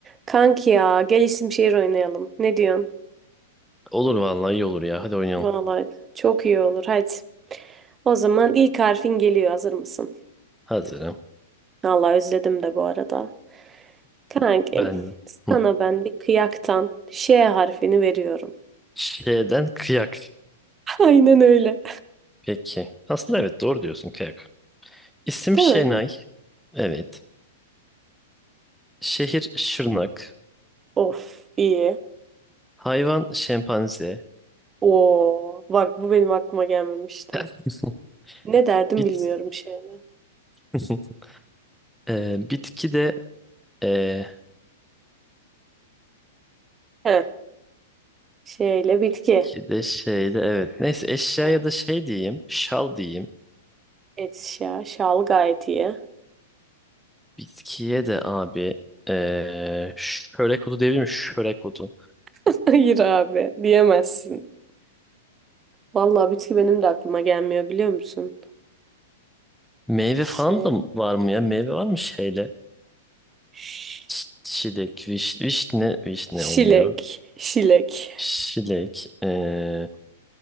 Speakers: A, on the right; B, in the centre.
A: Kanki ya gel isim şehir oynayalım. Ne diyorsun?
B: Olur vallahi iyi olur ya. Hadi oynayalım.
A: Vallahi çok iyi olur hadi. O zaman ilk harfin geliyor hazır mısın?
B: Hazırım.
A: Vallahi özledim de bu arada. Kankim
B: Ben de.
A: sana
B: Hı.
A: ben bir kıyaktan Ş harfini veriyorum.
B: Şeyden kıyak.
A: <laughs> Aynen öyle.
B: Peki. Aslında evet doğru diyorsun kıyak. İsim
A: Değil
B: Şenay.
A: mi?
B: Evet. Şehir Şırnak.
A: Of iyi.
B: Hayvan şempanze.
A: Oo bak bu benim aklıma gelmemişti.
B: <laughs>
A: Ne derdim
B: Bit
A: bilmiyorum şeyle.
B: <laughs> Ee, bitki de ee,
A: Heh, şeyle bitki.
B: bitki de şeyde evet. Neyse eşyaya
A: Evet.
B: da şey diyeyim. Şal diyeyim.
A: Et şa, şal gayet iyi.
B: Bitkiye de abi ee, şörek otu diyebilir miyim? Şörek otu.
A: <laughs> Hayır abi diyemezsin. Vallahi bitki benim de aklıma gelmiyor biliyor musun?
B: Meyve
A: Şey,
B: falan da var mı ya? Meyve var mı şeyle?
A: ş-
B: Ş- Şilek, viş, vişne, vişne
A: şilek,
B: olmuyor.
A: şilek.
B: Şilek, eee,